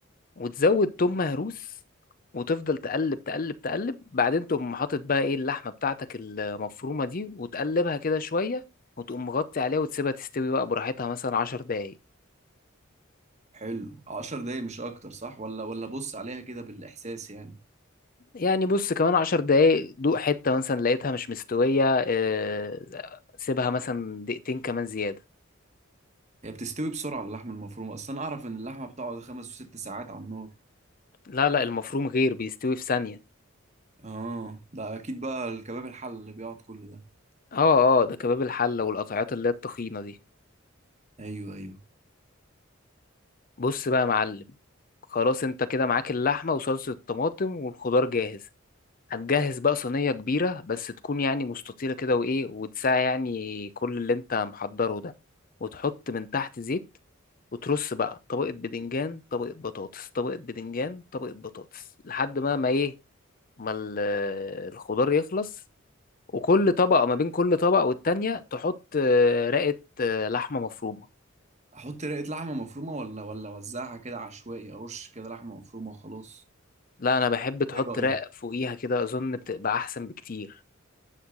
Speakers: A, on the left (about 45°); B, on the right (about 35°).
A: وتزود توم مهروس وتفضل تقلب تقلب تقلب بعدين تقوم حاطط بقى ايه اللحمة بتاعتك المفرومة دي وتقلبها كده شوية وتقوم مغطي عليها وتسيبها تستوي بقى براحتها مثلا عشر دقايق
B: حلو عشر دقايق مش اكتر صح ولا ولا بص عليها كده بالاحساس يعني
A: يعني بص كمان عشر دقايق دوق حتة مثلا لقيتها مش مستوية آه، سيبها مثلا دقيقتين كمان زيادة
B: هي بتستوي بسرعة اللحمة المفرومة اصلا اعرف ان اللحمة بتقعد خمس وست ساعات على النار
A: لا لا المفروم غير بيستوي في ثانية
B: اه ده اكيد بقى الكباب الحل اللي بيقعد كل ده
A: اه اه ده كباب الحلة والقطعات اللي هي التخينة دي
B: ايوه ايوه
A: بص بقى يا معلم خلاص انت كده معاك اللحمة وصلصة الطماطم والخضار جاهز هتجهز بقى صينية كبيرة بس تكون يعني مستطيلة كده وايه وتساع يعني كل اللي انت محضره ده وتحط من تحت زيت وترص بقى طبقة بدنجان طبقة بطاطس طبقة بدنجان طبقة بطاطس لحد ما ما ايه ما ال- الخضار يخلص وكل طبقة ما بين كل طبقة والتانية تحط آه، رقة آه، لحمة مفرومة
B: احط رقة لحمة مفرومة ولا ولا اوزعها كده عشوائي ارش كده لحمة مفرومة وخلاص
A: لا أنا بحب تحط
B: ايه رأيك
A: رق فوقيها كده أظن بتبقى أحسن بكتير